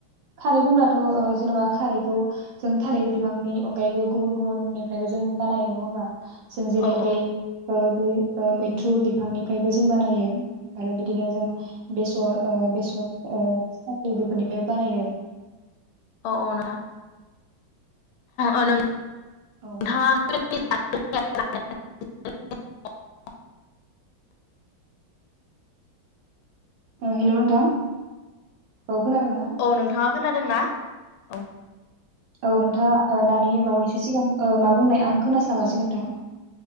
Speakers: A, on the right (about 65°); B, on the left (about 80°).
A: खारै बुंब्लाथ' ओ जेनेबा खारैखौ जों थालिर बिफांनि अनगायैबो गुबुन गुबुननिफ्रायबो जों बानायो नङा होमबा? जों जेरै
B: औ औ
A: बे बे मैथ्रु बिफांनिफ्रायबो जों बानायो आरो बिदिनो जों बेसर औ बेसर औ साख्रि बेफोरनिफ्राय बारायो
B: औ औ नोंथां औ नों
A: औ
B: थाङाखै <unintelligible>
A: हेल' नोंथां औ खोनादोंना
B: औ नोंथाङा खोनादोंना औह
A: औ नोंथाङा ओ दानि बावैसो सिगां औ मा बुंनाय आं खोनास्लाबासै नोंथां